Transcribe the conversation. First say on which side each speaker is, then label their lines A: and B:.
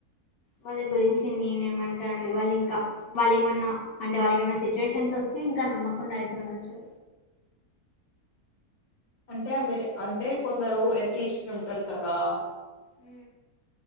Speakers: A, on the left; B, on the left.
A: వాళ్ళ గురించి నేనేమంటానండి వాళ్ళు ఇంకా వాళ్ళు ఏమన్నా అంటే వాళ్ళకి ఏమన్నా అంటే వాళ్ళకేమన్న సిచ్యువేషన్స్ ఓస్తే ఇంకా నమ్మకుండా అయితె ఉండచ్చు
B: అంటే అంటే కొందరు ఎతిస్తులు ఉంటారు కదా
A: మ్